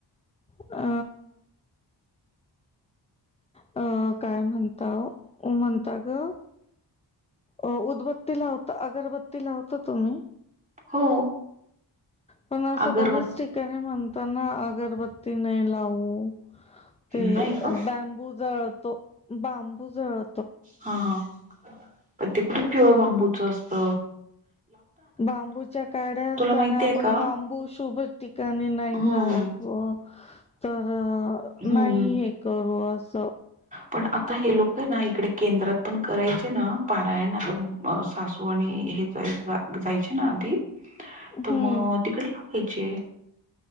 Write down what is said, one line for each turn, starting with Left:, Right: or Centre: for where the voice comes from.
Left: अ... अ काय म्हणता ओ म्हणता ग अ उदबत्ती लावता अगरबत्ती लावता तुम्ही?
Right: हो
Left: पण असं
Right: अगरबत्ती
Left: बरच ठिकाणी म्हणताना अगरबत्ती नाही लावू ते
Right: नाही ग
Left: बॅांबू जळतो बांबू जळ
Right: हा हा प ते कुठे प्युअर
Left: तर
Right: बांबूच असत.
Left: बांबूच्या काड्या असताना
Right: माहितीय
Left: आपण
Right: का
Left: बांबू शुभ ठिकाणी नाही
Right: हम्म
Left: जाळत. हो तर
Right: हम्म
Left: नाही
Right: हम्म.
Left: हे करू असं
Right: पण आता हे लोक आहे ना इकडे केंद्रात पण करायचे ना पारायण आता सासू आणि हे <unintelligible> ना आधी तर
Left: हं,
Right: मग तिकडे लावायचे.